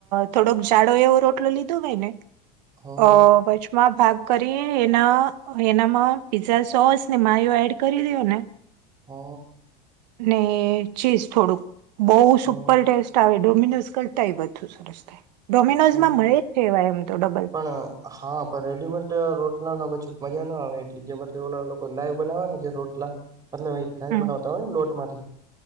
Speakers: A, on the right; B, on the right.
A: થોડોક જાડો એવો રોટલો લીધો હોય ને
B: હમ
A: અ બછુ માં ભાગ કરી એના એનામાં પીઝા સોસ ને માયો એડ કરી દેવાના.
B: હ અ.
A: ને ચીઝ થોડુંક બહુ
B: હમ
A: સુપર ટેસ્ટ ટાવે ડોમિનોઝ કરતા ય વઘુ સરસ થાય ડોમિનોઝમા
B: હમ
A: મળે જ તે એવા એમ તો ડબલ.
B: પણ હા પણ રેડીમેડ રોટલાનો પછી મજાનો આવે એટલે જે માથી ઓલા લોકો લાઈવ બનાવે ને જે રોટલા. મતલબ એ લાઈવ
A: હમ
B: બનાવતા હોય ને લોટ માંથી.